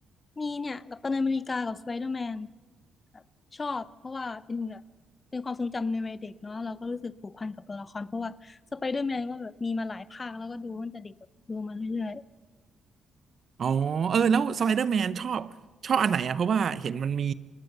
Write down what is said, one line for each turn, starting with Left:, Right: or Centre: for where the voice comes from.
Left: มีเนี่ยกัปตันอเมริกากับสไปเดอร์แมนแบบชอบเพราะว่าเป็นแบบเป็นความทรงจำในวัยเด็กเนาะเราก็รู้สึกผูกพันกับตัวละครเพราะว่าสไปเดอร์แมนก็แบบมีมาหลายภาคแล้วก็ดูตั้งแต่เด็กแบบดูมาเรื่อย
Right: อ๋อเออแล้วสไปเดอร์แมนชอบชอบอันไหนอ่ะเพราะว่าเห็นมันมี